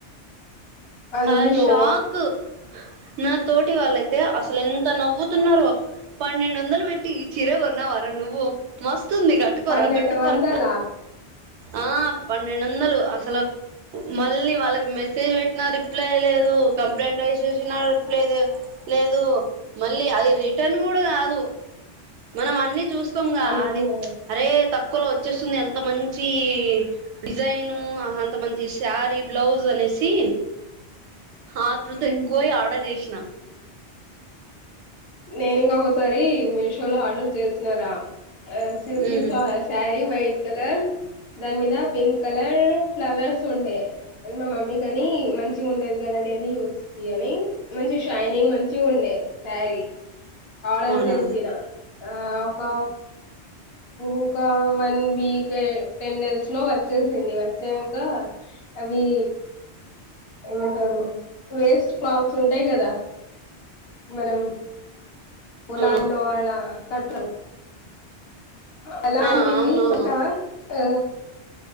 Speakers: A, on the left; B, on the right.
A: అయ్యో
B: ఆ షాక్ నా తోటి వాళ్ళైతే అసలు ఎంత నవ్వుతున్నారో పన్నెండు వందలు పెట్టి ఈ చీర కొన్నవర నువ్వు మస్తుంది కట్టుకోరా
A: పన్నెండు
B: కట్టుకోరా
A: వందలా
B: ఆ పన్నెండు వందలు అసలు మళ్ళీ వాళ్ళకి మెసేజ్ పెట్టిన రీప్ ప్లే లేదు కంప్లైంట్ రైస్ చేసిన రీప్లే లేదు మళ్ళీ అది రిటర్న్ కూడా కాదు మనం అన్ని చూసుకొంగా
A: అయ్యో
B: అది అరే తక్కువలో వచ్చేస్తుంది ఎంత మంచి డిజైను అంతమంచి శారీ బ్లౌజ్ అనేసి ఆతృత
A: మ్మ్.
B: ఎక్కువై ఆర్డర్ చేసిన
A: నేను ఇంగ ఒకసారి మీషో లో ఆర్డర్ చేసినారా
B: ఉమ్
A: శివ్ కి స సారీ వైట్ కలర్ దాని మీద పింక్ కలర్ ఫ్లవర్స్ ఉండే మా మమ్మీ కని మంచిగా ఉంటేది కదా డైలీ యూస్ కి అని మంచి షైనింగ్ మంచిగా ఉండే శారీ ఆర్డర్
B: అవునా
A: చేసిన ఆ ఒక ఇంకా వన్ వీక్ టెన్ డేస్ లో వచ్చేసింది వచ్చినంక అవి ఏమంటారు వేస్ట్ క్లాత్స్ ఉంటాయి కదా మనం పోలాల్లో
B: అవును
A: అలా కట్ట అలాంటివి
B: ఆ అవునవును
A: బట్ట ఆ